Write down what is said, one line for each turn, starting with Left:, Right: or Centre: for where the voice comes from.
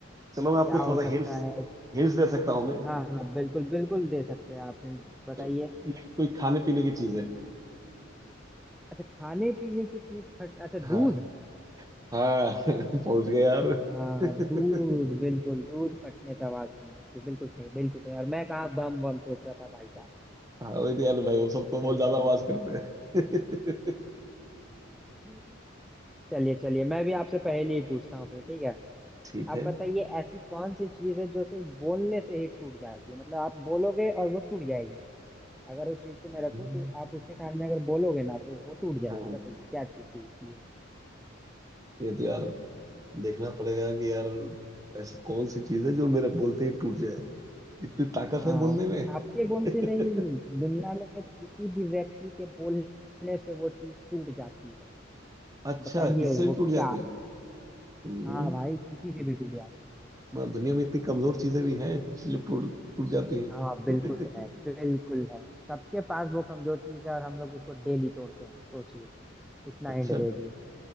Right: चलो मैं आपको
Centre: क्या हो
Right: थोड़ा
Centre: सकता
Right: सा हिंट्स
Centre: है
Right: हिंट्स दे सकता हूँ मैं
Centre: हाँ हाँ बिल्कुल बिल्कुल दे सकते हैं आप हिंट बताइए
Right: तो ये कोई खाने पीने की चीज है
Centre: अच्छा खाने पीने की चीज फट अच्छा दूध
Right: हाँ हाँ <laughs> पहुंच गए यार
Centre: हाँ
Right: <laughs>
Centre: दूध बिल्कुल दूध फटने से आवाज नहीं आती बिल्कुल सही बिल्कुल सही और मैं कहाँ बम बम सोच रहा था भाई साहब
Right: हाँ वही तो यार भाई वो सब तो बहुत
Centre: चलिए
Right: ज्यादा
Centre: चलिए
Right: आवाज करते हैं <laughs>
Centre: <laughs> चलिए चलिए मैं भी आपसे पहले ही पूछता हूँ फिर ठीक है
Right: ठीक
Centre: आप
Right: है
Centre: बताइए ऐसी कौन सी चीज है जो सिर्फ बोलने से ही टूट जाती है मतलब आप बोलोगे और वो टूट जाएगी अगर उस चीज को
Right: हम्म,
Centre: मैं रखूं तो आप उसके सामने अगर बोलोगे ना तो वो टूट जाएगी
Right: हाँ
Centre: बताइए क्या चीज टूटती है
Right: ये तो यार देखना पड़ेगा कि यार ऐसी कौन सी चीज है जो मेरे बोलते ही टूट जाए इतनी ताकत
Centre: हाँ
Right: है बोलने में
Centre: आपके बोलते
Right: <laughs>
Centre: नहीं दुनिया में किसी भी व्यक्ति के बोलने से वो चीज टूट जाती है
Right: अच्छा
Centre: बताइए
Right: किससे
Centre: वो
Right: भी टूट जाती
Centre: क्या
Right: है
Centre: है
Right: हम्म,
Centre: हाँ भाई किसी से भी टूट जाती है
Right: मतलब दुनिया में इतनी कमजोर चीजें भी हैं जो टूट टूट जाती है
Centre: हाँ बिल्कुल
Right: <laughs>
Centre: है बिल्कुल है सबके पास वो कमजोर चीज है और हम लोग उसको डेली तोड़ते हैं सोचिए इतना
Right: अच्छा
Centre: एंड दे दिए